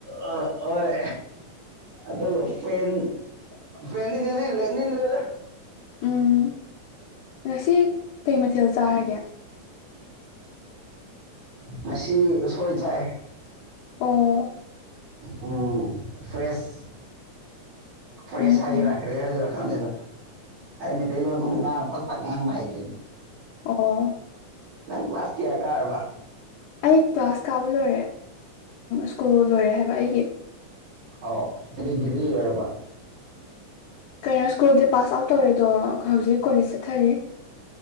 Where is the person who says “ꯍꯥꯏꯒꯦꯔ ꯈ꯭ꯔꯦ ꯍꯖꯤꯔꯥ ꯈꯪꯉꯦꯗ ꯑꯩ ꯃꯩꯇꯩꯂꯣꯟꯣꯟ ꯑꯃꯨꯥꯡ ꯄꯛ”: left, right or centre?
Right